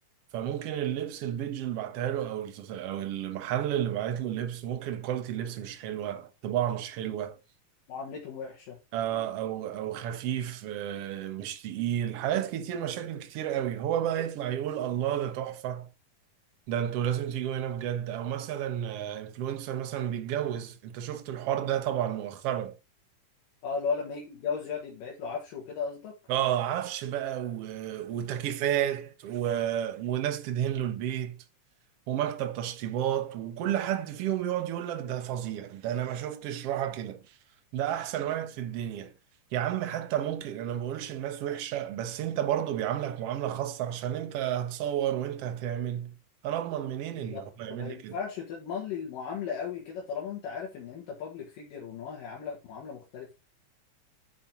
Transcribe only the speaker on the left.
معاملتهم وحشه
اه اللي هو لما يجي يتجوز يقعد يتبعت له عفشه وكده قصدك
بالظبط
فما ينفعش
تضمن لي المعامله قوي كده طالما انت عارف ان انت بابليك فيجر وان هو هيعاملك معامله مختلفه